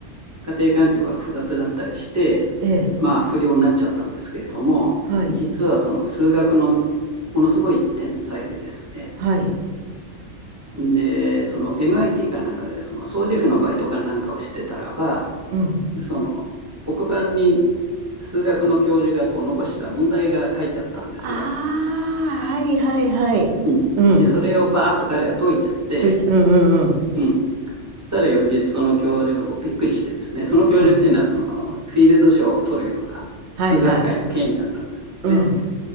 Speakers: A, on the right; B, on the right.
A: 家庭環境が複雑だったりして、
B: ええ。
A: まあ、不良になっちゃったんですけれども、
B: はい。
A: 実はその数学のものすごい天才でですね、
B: はい。
A: で、その MIT かなんかで、その掃除婦のバイトかなんかをしてたらば、
B: うん。
A: その黒板に数学の教授がこう残した問題が書いてあったんですよ。
B: ああ、はいはいはい。
A: うん、
B: うん。
A: で、それをバーッと彼が解いちゃって、
B: というんうんうん。
A: うん、そしたら翌日その教授がこうびっくりしてですね、その教授っていうのはそのフィールド賞を取るような数学界の権威だったんですね。
B: うん。はいはい。うん。